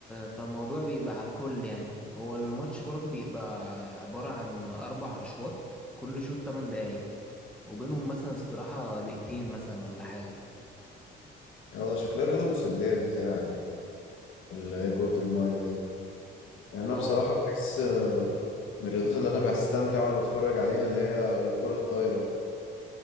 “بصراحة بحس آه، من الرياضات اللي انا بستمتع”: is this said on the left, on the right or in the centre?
Left